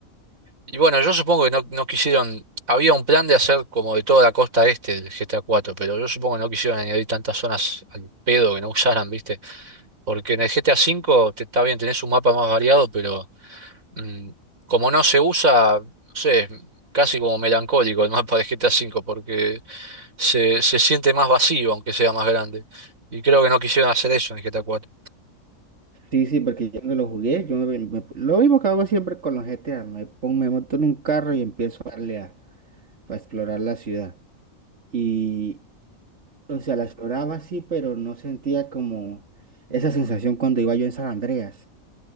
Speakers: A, on the right; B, on the right.
A: y bueno, yo supongo que no, no quisieron, había un plan de hacer como de toda la costa este del GTA cuatro pero yo supongo que no quisieron añadir tantas zonas al pedo que no usaran, ¿viste? Porque en el GTA cinco te, está bien, tenés un mapa más variado, pero mm, como no se usa, no sé, casi como melancólico el mapa de GTA cinco porque se, se siente más vacío, aunque sea más grande. Y creo que no quisieron hacer eso en el GTA cuatro
B: Sí, sí, porque yo no lo jugué, yo me- me- lo mismo que hago siempre con los GTA, me pongo, me monto en un carro y empiezo a darle a, a explorar la ciudad. Y, o sea, la exploraba sí, pero no sentía como esa sensación cuando iba yo en San Andreas.